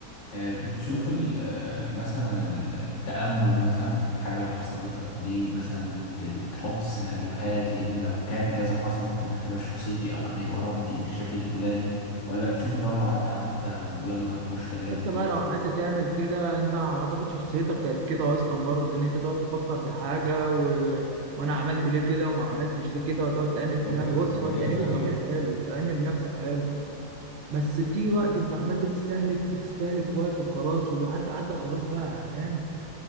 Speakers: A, on the left; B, on the right.
A: آه، بتشوف
B: فاهم
A: ال- آه، مثلا ال- التأمل مثلا في الحاجة اللي حصلت لك دي مثلا وت... وتحط سيناريوهات لأن لو كان كذا حصل كان هتبقى شخصيتي أو كان هيبقى ردي بالشكل الفلاني ولا بتشوف اللي هو اللي عدى عدى ويلا هنخش تجارب
B: حتى
A: جديدة
B: بقى لو قعدت تعمل كده انت ما اعتقد شخصيتك كانت كده اصلا برضو ان انت تقعد تفكر في الحاجه و... وانا عملت ليه كده وما عملتش ليه كده وتقعد تأنب
A: بالظبط
B: في نفسك
A: انا
B: بص
A: انا
B: هو
A: كده
B: تأنيب
A: فعلا
B: الضمير حلو وتأنب نفسك حلو بس بتيجي وقت انت عمال بتستهلك بتستهلك في وقت وخلاص واللي عدى عدى خلاص بقى فاهم